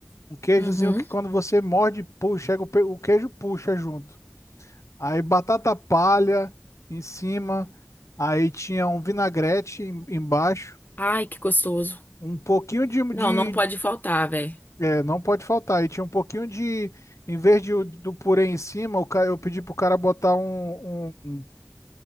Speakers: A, on the left; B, on the left.
A: Um queijozinho
B: Uhum.
A: que quando você morde, puxa, chega o, pe- o queijo puxa junto. Aí batata palha em cima. Aí tinha um vinagrete em- embaixo.
B: Ai, que gostoso.
A: Um pouquinho de,
B: Não,
A: de
B: não pode faltar, velho.
A: é, não pode faltar. Aí tinha um pouquinho de. Em vez de, o- do purê em cima, o ca- eu pedi pro cara botar um, um,